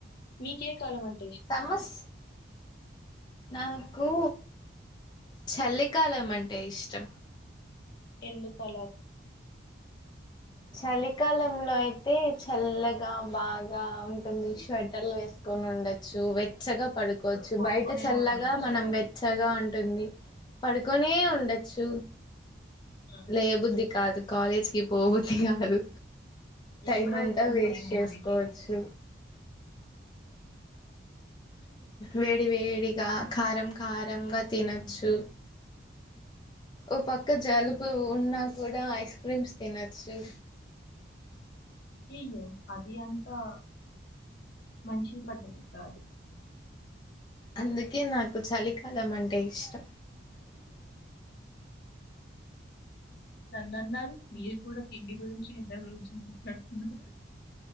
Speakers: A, on the left (about 60°); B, on the left (about 25°).
A: మీకే కాలం అండ్
B: సమస్ నాకు చలికాలం అంటే ఇష్టం
A: ఎందుకు అలాగా
B: చలికాలంలో అయితే చల్లగా బాగా ఉంటుంది స్వెటర్లు వేసుకు కోను ఉండొచ్చు వెచ్చగా పడుకోవచ్చు
A: ఇప్పుడు పడుకునే
B: బయట చల్లగా
A: ఉండొచ్చు.
B: మనం వెచ్చగా ఉం ఉంటుంది పడుకొనే ఉండచ్చు
A: ఉమ్.
B: లేయ బుద్ధి కాదు కాలేజ్ కి పోబుద్ది కాదు టైం
A: ఎప్పుడవుతుంది
B: అంతా వేస్ట్
A: లెండి
B: చేసుకోవచ్చు
A: మనకి.
B: వేడి వేడిగా కారం కారంగా తినొచ్చు ఓ పక్క జలుబు ఉన్నా కూడా ఐస్ క్రీమ్స్ తినొచ్చు,
A: అయ్యయ్యో అది అంతా మంచి పద్దతి కాదు,
B: అందుకే నాకు చలికాలం అంటే ఇష్టం
A: నన్నాన్నారు మీరు కూడా తిండి గురించి నిద్ర గురించి మాట్లాడుతున్నారు.